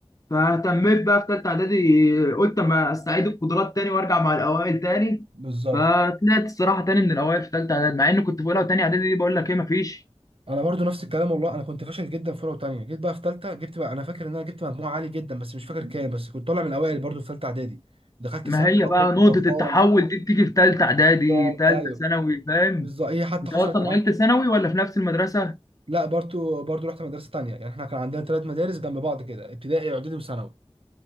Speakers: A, on the left; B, on the right.
A: فاهتميت بقى في تالتة اعدادي قلت اما استعيد القدرات تاني وارجع مع الاوائل تاني
B: بالظبط
A: فطلعت الصراحة تاني من الاوائل في تالتة اعدادي مع اني كنت في اولى وتانية اعدادي دي بقول لك ايه مفيش
B: انا برضو نفس الكلام والله انا كنت فاشل جدا في اولى وثانيه جيت بقى في ثالثه جبت بقى انا فاكر ان انا جبت مجموعه عالي جدا بس مش فاكر كام بس كنت طالع من الاوائل برضو في ثالثه اعدادي دخلت
A: ما
B: ثانوي
A: هي
B: بقى
A: بقى
B: كنت
A: نقطة
B: فرحان
A: التحول دي بتيجي في تالتة إعدادي
B: بالظبط
A: تالتة
B: ايوه
A: ثانوي فاهم
B: بالظبط هي حتى
A: أنت
B: حصلت
A: أصلا
B: معايا
A: نقلت ثانوي ولا في نفس المدرسة؟
B: لا برضو برضو رحت مدرسه تانيه يعني احنا كان عندنا ثلاث مدارس جنب بعض كده ابتدائي اعدادي وثانوي